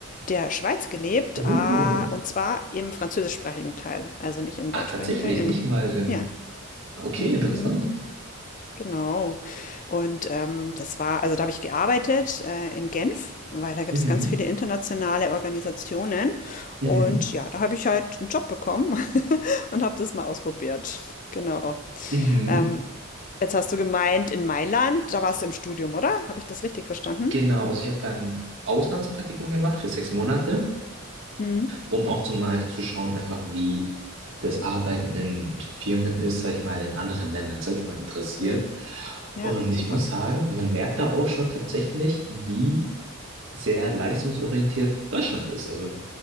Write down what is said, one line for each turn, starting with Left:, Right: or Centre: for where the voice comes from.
Left: der Schweiz gelebt,
Right: Oh,
Left: ah, und zwar im französischsprachigen Teil, also nicht im
Right: ach,
Left: deutschsprachigen
Right: tatsächlich,
Left: Teil, in,
Right: nicht mal im
Left: ja.
Right: Okay,
Left: Mhm.
Right: interessant.
Left: Genau. Und ähm, das war, also da habe ich gearbeitet äh, in Genf, weil da gibt
Right: Mhm,
Left: es ganz viele internationale Organisationen.
Right: mhm,
Left: Und ja, da habe ich halt einen Job bekommen <laughs> und habe das mal ausprobiert. Genau.
Right: mhm.
Left: Ähm, jetzt hast du gemeint, in Mailand, da warst du im Studium, oder? Habe ich das richtig verstanden?
Right: Genau, also ich habe dann Auslandspraktikum gemacht für sechs Monate,
Left: Hm,
Right: um auch zumal zu schauen, einfach wie das Arbeiten in Firmen ist, sag ich mal, in anderen Ländern. Das hat mich mal interessiert.
Left: hm. Ja,
Right: Und
Left: super.
Right: ich muss sagen, man merkt da auch schon tatsächlich, wie sehr leistungsorientiert Deutschland ist. Also